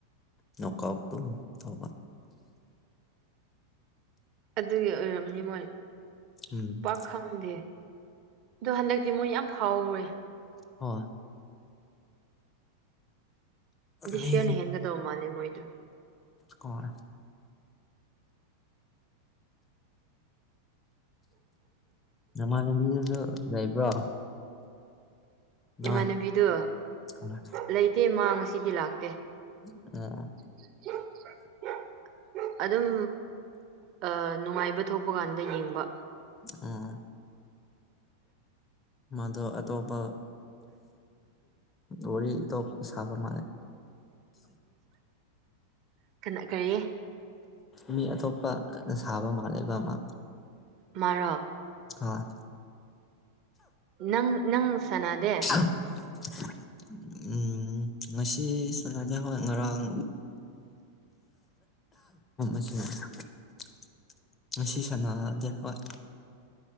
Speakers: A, on the left; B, on the right.
A: ꯅꯣꯛ ꯑꯥꯎꯠ ꯑꯗꯨꯝ ꯇꯧꯕ
B: ꯑꯗꯨꯒꯤ ꯑꯣꯏꯔꯝꯅꯤ ꯃꯣꯏ
A: ꯎꯝ
B: ꯄꯥꯛ ꯈꯪꯗꯦ ꯑꯗꯣ ꯍꯟꯗꯛꯇꯤ ꯃꯣꯏ ꯌꯥꯝ ꯐꯥꯎꯋꯦ
A: ꯍꯣꯏ
B: ꯗꯤꯁ
A: ꯃꯤ
B: ꯌꯔꯅ ꯍꯦꯟꯒꯗꯧ ꯃꯥꯜꯂꯦ ꯃꯣꯏꯗꯣ
A: ꯍꯣꯢ ꯅꯃꯥꯟꯅꯕꯤꯒꯁꯨ ꯂꯩꯕ꯭ꯔꯣ ꯅꯣꯏ
B: ꯏꯃꯥꯟꯅꯕꯤꯗꯣ
A: ꯀꯅꯥ
B: ꯂꯩꯇꯦ ꯃꯥ ꯉꯁꯤꯗꯤ ꯂꯥꯛꯇꯦ
A: <unintelligible>
B: <unintelligible> ꯑꯗꯨꯝ ꯅꯨꯡꯉꯥꯏꯕ ꯊꯣꯛꯄ ꯀꯥꯟꯗ ꯌꯦꯡꯕ
A: ꯑꯣ ꯃꯥꯗꯣ ꯑꯇꯣꯞꯄ ꯋꯥꯔꯤ ꯑꯇꯣꯞꯄ ꯁꯥꯕ ꯃꯥꯜꯂꯦ
B: ꯀꯅꯥ ꯀꯔꯤ
A: ꯃꯤ ꯑꯇꯣꯞꯄꯗ ꯁꯥꯕ ꯃꯥꯜꯂꯦꯕ ꯃꯥ
B: ꯃꯥꯔꯣ
A: ꯍꯣꯢ
B: ꯅꯪ ꯅꯪ ꯁꯅꯥꯗꯦ
A: <unintelligible> ꯎꯝ ꯉꯁꯤ ꯁꯅꯗꯦ ꯍꯣꯏ ꯉꯔꯥꯡ <unintelligible> ꯉꯁꯤ ꯁꯅꯗꯦ ꯍꯣꯏ